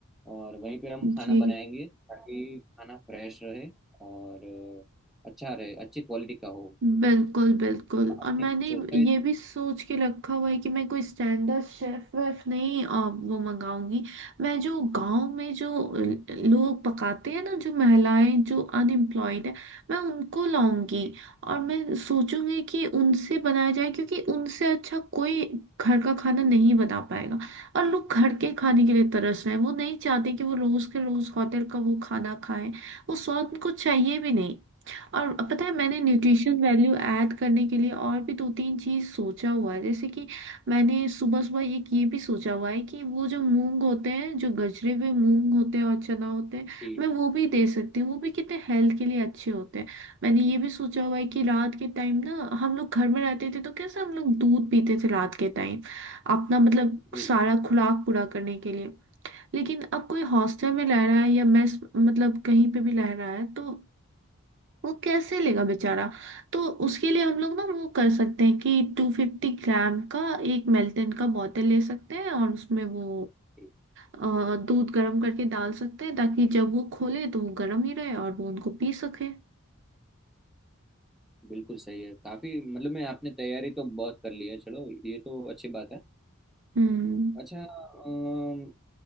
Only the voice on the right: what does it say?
जी
बिल्कुल बिल्कुल
और मैंने
ये भी सोच के रखा हुआ है कि मैं कोई स्टैंडर्ड शेफ वेफ नहीं अ, वो मंगाऊंगी मैं जो गांव में जो ल- लोग पकाते हैं ना जो महिलाएं जो अनएम्प्लॉयड है मैं उनको लाऊंगी
और मैं सोचूंगी कि उनसे बनाया जाए क्योंकि उनसे अच्छा कोई घर का खाना नहीं बना पाएगा और लोग घर के खाने के लिए तरस रहे हैं वो नहीं चाहते कि वो रोज के रोज होटल का वो खाना खाएं वो स्वाद उनको चाहिए भी नहीं और पता है मैंने न्यूट्रिशन वैल्यू ऐड करने के लिए और भी दो तीन चीज सोचा हुआ है जैसे कि मैंने सुबह सुबह एक ये भी सोचा हुआ है कि वो जो मूंग होते हैं जो गजरे हुए मूंग होते हैं और चना होते हैं
मैं वो भी दे सकती हूँ वो भी कितने हेल्थ के लिए अच्छे होते हैं मैंने ये भी सोचा हुआ है कि रात के टाइम ना हम लोग घर में रहते थे तो कैसे हम लोग दूध पीते थे रात के टाइम अपना मतलब
सारा
खुराक पूरा करने के लिए लेकिन अब कोई हॉस्टल में रह रहा है या मेस मतलब कहीं पे भी रह रहा है तो वो कैसे लेगा बेचारा तो उसके लिए हम लोग ना वो कर सकते हैं कि टू फिफ्टी ग्राम का एक मेल्टन का बोतल ले सकते हैं और उसमें वो
अ, दूध गर्म करके डाल सकते हैं ताकि जब वो खोले तो वो गर्म ही रहे और वो उनको पी सके
हम्म